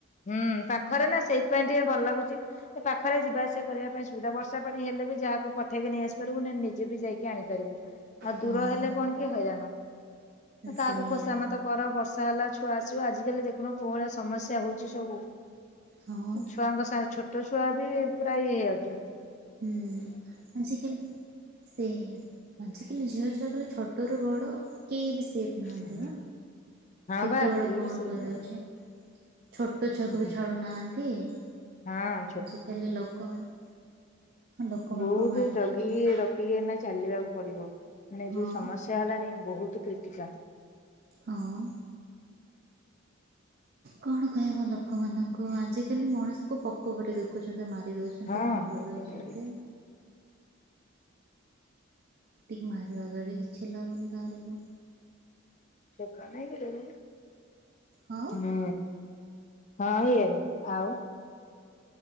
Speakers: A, on the left (about 35°); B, on the right (about 50°).
A: ହୁଁ, ପାଖରେ ନା ସେଇଥିପାଇଁ ଟିକେ ଭଲ ଲାଗୁଚି। ଏ ପାଖରେ ଯିବା ଆସିବା କରିବା ପାଇଁ ସୁବିଧା। ବର୍ଷ ଷା ପାଣି ହେଲେ ବି ଯାହାକୁ ପଠେଇକି ନେଇ ଆସି ପାରିବୁ। ନନେ ନିଜେ ବି ଯାଇକି ଆଣିପାରିବୁ। ଆଉ
B: ହଁ
A: ଦୂର ହେଲେ କଣ କି ହଇରାଣ, ତ କାଆକୁ
B: ସେଇଆ
A: ଖୋସାମତ କର ବର୍ଷା ହେଲା, ଛୁଆ ଆସିବ ଆଜିକାଲି ଦେଖୁନ କୋଉ ଭଳିଆ ସମସ୍ୟା ହଉଛି ସବୁ। ଉ,
B: ହଁ
A: ଛୁଆଙ୍କ ସା- ଛୋଟ ଛୁଆ ବି ପୁରା ଇଏ ହେଇଯାଉଚନ୍ତି।
B: ହୁଁ, ଆଜିକାଲି ସେଇଆ ଆଜିକାଲି ଝିଅ ଛୁଆ ପୂରା ଛୋଟରୁ ବଡ଼ କେହି ବି ସେପ୍ ନାହାନ୍ତି
A: ହଁ
B: ନା, କେତେବେଳେ
A: ବା କେହି
B: କଣ
A: ବି ଶୋଇନାହାନ୍ତି
B: କରିଦଉଛି। ଛୋ ଟ ଛୁଆକୁ
A: ଉଁ ହୁଁ
B: ବି ଛାଡୁନାହାନ୍ତି। ଆଜିକାଲି
A: ହଁ
B: ଲୋକମାନେ ଲୋକମାନଙ୍କୁ
A: ବହୁତୁ
B: ବି ମାରି
A: ଜଗିକି
B: ଦଉଛନ୍ତି।
A: ର ଖିକି ଏଇନା ଚାଲିବାକୁ ପଡିବ। ଏଇନା
B: ହଁ
A: ଯୋଉ ସମସ୍ୟା ହେଲାଣି ବହୁତୁ କ୍ରିଟିକାଲ୍।
B: ହଁ। କଣ କହିବ ଲୋକମାନଙ୍କୁ ଆଜିକାଲି ମଣିଷକୁ ପୋ କପରି ଦେଖୁଛନ୍ତି, ମାରି ଦଉଛନ୍ତି
A: ହଁ
B: କଣ
A: ପୋକ
B: କରିଦଉଛନ୍ତି।
A: ପରି।
B: ଟିକ୍ ମାରିବାକୁ ଆଗରୁ ବି କିଛି ଲାଗୁନି କାହାରିକୁ।
A: ସେଇ ପରା ନାଇଁ କେତେଦିନ
B: ହଁ।
A: ନା, ହଁ ଇଆଡେ ଆଉ